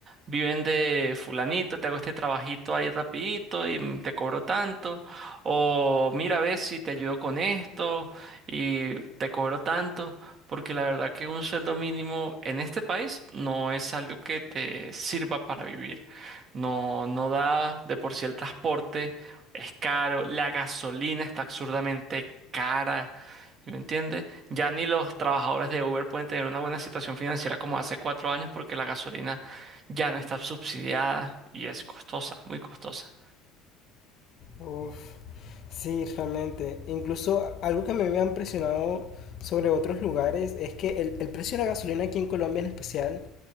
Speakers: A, on the right; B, on the left.
A: viven de fulanito, te hago este trabajito ahí rapidito y m- te cobro tanto, o mira a ver si te ayudo con esto y te cobro tanto, porque la verdad que un sueldo mínimo en este país no es algo que te sirva para vivir. No, no da de por sí el transporte es caro, la gasolina está absurdamente cara, ¿sí ¿me entiendes? Ya ni los trabajadores de Uber pueden tener una buena situación financiera como hace cuatro años porque la gasolina ya no está subsidiada y es costosa, muy costosa.
B: Uf, sí, realmente. Incluso algo que a mí me ha impresionado sobre otros lugares es que el, el precio de la gasolina aquí en Colombia en especial